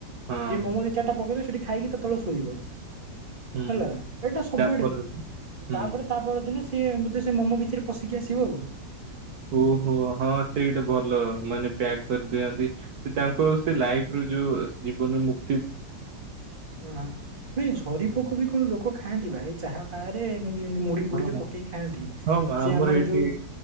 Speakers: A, on the right; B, on the right.
A: ହଁ
B: ସେ ମୋମୋ ଦିଇ ଚାରିଟା ପକେଇଦେଇକି ସେଠି ଖାଇକି ତା ତଳେ ଶୋଇବ।
A: ହୁଁ
B: ହେଲା ଏଇଟା ସବୁଆଡେ
A: ତାପରେ
B: ହୁଏ
A: ହୁଁ
B: ତାପରେ ତା ପରଦିନ ସେ ବୋଧେ ସେ ମୋମୋ ଭିତରେ ପଶିକି ଆସିବ ଆଉ।
A: ଓହୋ ହଁ ସେଇଟା ଭଲ ମାନେ ପ୍ୟାକ୍ କରିଦିଅନ୍ତି। ସେ ତାଙ୍କୁ ଆଉ ସେ ଲାଇଫ ରୁ ଯୋଉ ଜୀବନ ମୁ
B: ହ ନାଇଁ ଝରିପୋକ
A: ହୁଁ।
B: ବି କଣ ଲୋକ ଖାଆନ୍ତି ବା ଏଇ ଚାହା ଫହାରେ ଏମତି ତି ମୁଡି ଫୁଡିରେ
A: ହଁ
B: ପକେଇକି ଖାଆନ୍ତି
A: ହଁ
B: ସିଏ ଆମର
A: ଏଠି
B: ଯୋଉ